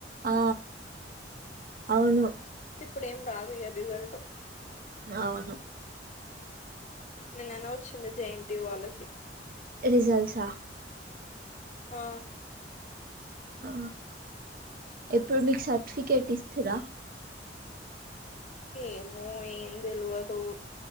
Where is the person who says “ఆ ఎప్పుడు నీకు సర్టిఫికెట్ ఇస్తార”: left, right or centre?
Right